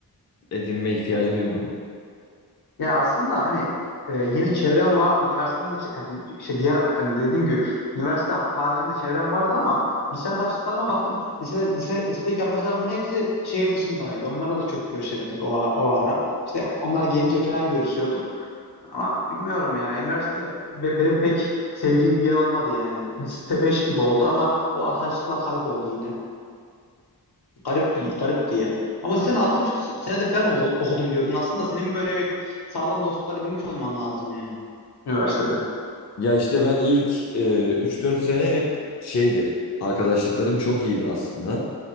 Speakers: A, on the left (about 45°); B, on the left (about 75°).
A: edinme ihtiyacı duymadın.
B: ya aslında hani e, yine çevrem vardı. Üniversitede de çe- hani şey diğer hani dediğim gibi üniversite haricinde çevrem vardı ama lise arkadaşlarıma baktım. Lise, lise, lisedeki arkadaşlarımın hepsi şehir dışındaydı. Onlarla da çok görüşemedik o, o ara. İşte onlar gelince falan görüşüyorduk. Ama bilmiyorum ya. Üniversite be- benim pek sevdiğim bir yer olmadı yani. Lise 5 gibi oldu ama o arkadaşlıklar kayboldu yine. Garip bir garip diye. Ama sen 6,5 senede falan o- okudum diyordun. Aslında senin böyle bir sağlam dostluklar edinmiş olman lazım yani üniversitede.
A: Ya işte ben ilk e, 3-4 sene hep şeydi. Arkadaşlıklarım çok iyiydi aslında.